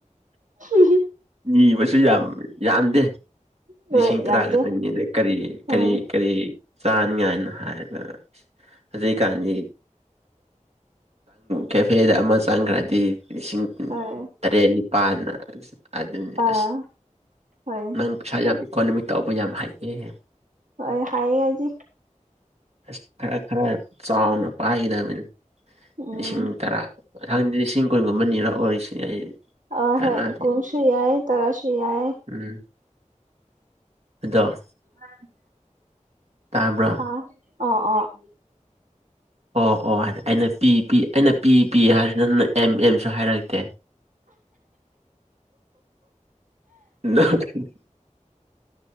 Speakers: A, on the right; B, on the right.
A: ꯍꯝ <unintelligible>
B: ꯅꯤꯕꯁꯨ ꯌꯥꯝ ꯌꯥꯝꯗꯦ
A: ꯍꯣꯏ
B: ꯂꯤꯁꯤꯡ
A: ꯌꯥꯝꯗꯦ
B: ꯇꯔꯥ ꯈꯛꯇꯥꯅꯤ ꯑꯗꯩ ꯀꯔꯤ
A: ꯎꯝ
B: ꯀꯔꯤ ꯀꯔꯤ ꯆꯥꯅꯤꯉꯥꯏꯅꯣ ꯍꯥꯏꯕ ꯍꯧꯖꯤꯛꯀꯥꯟꯒꯤ ꯀꯦꯐꯦꯗ ꯑꯃ ꯆꯪꯈ꯭ꯔꯗꯤ ꯂꯤꯁꯤꯡ
A: ꯍꯣꯏ
B: ꯇꯔꯦꯠ ꯅꯤꯄꯥꯟꯅ ꯑꯗꯨꯅꯤ
A: ꯑꯥ
B: ꯑꯁ
A: ꯍꯣꯏ
B: ꯅꯪ ꯄꯩꯁꯥ ꯌꯥꯝ ꯏꯀꯣꯅꯣꯃꯤꯛ ꯇꯧꯕ ꯌꯥꯝ ꯍꯩꯍꯦ
A: ꯍꯣꯏ ꯍꯩꯌꯦ ꯑꯩꯗꯤ
B: ꯑꯁ ꯈꯔ ꯈꯔ ꯆꯥꯎꯅ ꯄꯥꯏꯒꯗꯕꯅꯤ
A: ꯎꯝ
B: ꯂꯤꯁꯤꯡ ꯇꯔꯥ ꯃꯊꯪꯗꯤ ꯂꯤꯁꯤꯡ ꯀꯨꯟꯒꯨꯝꯕ ꯅꯤꯔꯛꯑꯣꯏꯁꯤ ꯑꯩ
A: ꯑ
B: ꯀꯥꯟꯅꯗꯦ
A: ꯍꯣꯏ ꯀꯨꯟꯁꯨ ꯌꯥꯏ ꯇꯔꯥꯁꯨ ꯌꯥꯏ
B: ꯎꯝ ꯑꯗꯣ
A: <inaudible>
B: ꯇꯥꯕ꯭ꯔꯣ
A: ꯍꯥ ꯑꯣ ꯑꯣ
B: ꯑꯣ ꯑꯣ ꯍꯥꯏꯗꯤ ꯑꯩꯅ ꯄꯤ ꯄꯤ ꯑꯩꯅ ꯄꯤ ꯄꯤ ꯍꯥꯏꯔꯁꯨ ꯅꯪꯅ ꯑꯦꯝ ꯑꯦꯝꯁꯨ ꯍꯥꯏꯔꯛꯇꯦ ꯅꯥ <unintelligible>